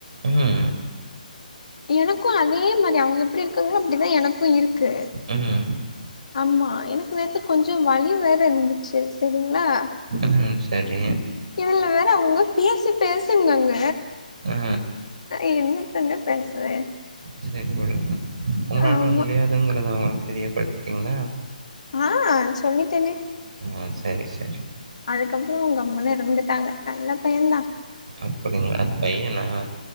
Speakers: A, on the right; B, on the left.
A: ம்.
B: எனக்கு அதே மாதிரி அவுங்க எப்டி இருக்குங்களோ அப்டிதா எனக்கு இருக்கு
A: ம்.
B: ஆமா எனக்கு நேத்து கொஞ்ச வழி வேற இருந்துச்சு செரிங்ளா
A: ம் செரி
B: இதுல வேற அவுங்க பேசு பேசுனாங்க
A: ஆ.
B: நா என்னத்தங்க பேசுவே
A: சேரி விடுங்க உங்களால
B: ஆமா
A: முடியாதுங்குறத அவுங்களுக் தெரியப்படுத்திட்டீங்கல்ல
B: ஆ சொல்லிட்டேனே
A: அ செரி செரி
B: அதுக்கப்பறொ கம்முன்னு இருந்துட்டாங்க நல்ல பையெ தா
A: அப்புடிங்ளா அது பையன்னா